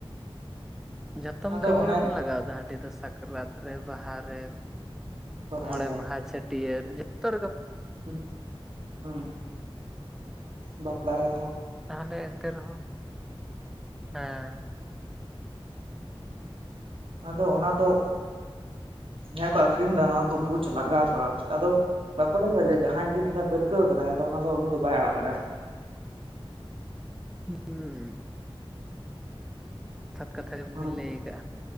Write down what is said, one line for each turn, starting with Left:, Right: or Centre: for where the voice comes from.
Centre: ᱡᱚᱛᱚᱢ
Right: ᱟᱫᱚ
Centre: ᱠᱟᱹᱢᱤ
Right: ᱚᱱᱮ
Centre: ᱨᱮᱵᱚᱱ ᱞᱟᱜᱟᱣᱫᱟ ᱦᱟᱺᱰᱤ ᱫᱚ ᱥᱟᱠᱨᱟᱛ ᱨᱮ ᱵᱟᱦᱟᱨᱮ᱾
Right: ᱥᱚᱨᱦᱟᱭ
Centre: ᱢᱚᱬᱮ ᱢᱟᱦᱟ ᱪᱷᱟᱹᱴᱭᱟᱹᱨ ᱡᱷᱚᱛᱚ
Right: ᱦᱩᱸ ᱦᱩᱸ ᱵᱟᱯᱞᱟ ᱨᱮ
Centre: ᱛᱟᱦᱚᱞᱮ ᱮᱱᱛᱮ ᱨᱮᱦᱚᱸ, ᱦᱮᱸ
Right: ᱟᱫᱚ ᱚᱱᱟᱫᱚ ᱡᱟᱦᱟᱸᱭ ᱠᱚ ᱟᱠᱷᱨᱤᱧ ᱫᱟ ᱚᱱᱟ ᱟᱠᱚ ᱵᱩᱡ ᱞᱟᱜᱟᱣ ᱠᱚᱣᱟ, ᱟᱫᱚ ᱵᱟᱠᱚ ᱞᱟᱹᱭ ᱫᱟ ᱡᱮ ᱡᱟᱦᱟᱸᱭ ᱡᱩᱫᱤ ᱢᱤᱫ ᱫᱷᱟᱣ ᱯᱟᱹᱨᱠᱟᱹᱣ ᱠᱟᱱᱟᱭ ᱟᱫᱚ ᱚᱱᱟ ᱫᱚ ᱩᱱᱤ ᱫᱚ ᱵᱟᱭ ᱟᱲᱟᱜ ᱫᱟᱲᱮᱭᱟᱜᱼᱟ᱾
Centre: ᱦᱩᱸ᱾ ᱠᱟᱛᱷᱟ ᱜᱮᱵᱤᱱ
Right: ᱦᱚᱸ
Centre: ᱞᱟᱹᱭ ᱟᱠᱟᱜᱼᱟ